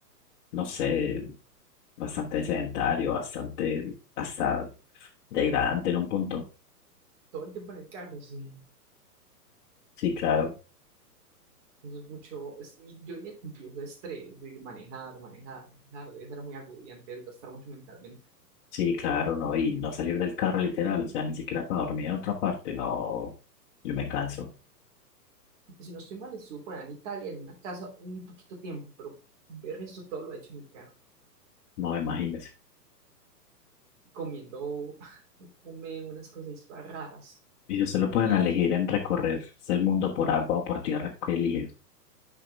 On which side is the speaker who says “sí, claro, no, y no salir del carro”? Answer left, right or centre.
Left